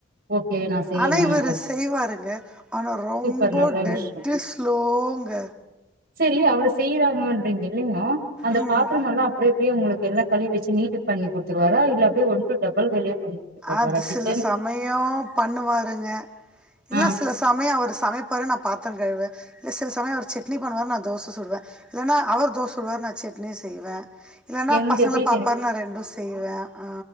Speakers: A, on the right; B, in the centre.
A: ஓகே நா செய்யறே
B: ஆனா இவரு
A: அது
B: செய்வாருங்க ஆனா ரொம்ப
A: சூப்பர் நல்ல
B: டெட்
A: விஷயோ
B: டு ஸ்லோ ங்க
A: சரி அவர் செய்யறாங்கன்றீங்க இல்லலைங்கோ அந்த
B: ம்
A: பாத்தரமெல்லா அப்ட அப்டே உங்களுக்கு எல்லா கழுவி வச்சு நீட்டுக்கு பண்ணி குடுத்துருவாரா இல்ல அப்டே உங்களுக்கு டபள் வேலையே பண்ணி குடுத்துட்டு வருவாரா
B: அது
A: கிச்சன்
B: சில சமயோ பண்ணுவாருங்க இல்ல
A: ஆ
B: சில சமயோ அவரு சமைப்பாரு நா பாத்தரோ கழுவ இல்ல சில சமயோ ஒரு சட்னி பண்ணுவாரு நா தோச சுடுவ இல்லன்னா அவர் தோச சுடுவாரு நா சட்னி செய்வ இல்லன்னா
A: எங்களுது
B: பசங்கள
A: எப்படி
B: பாப்பார் நா ரெண்டு செய்வேன் ஆ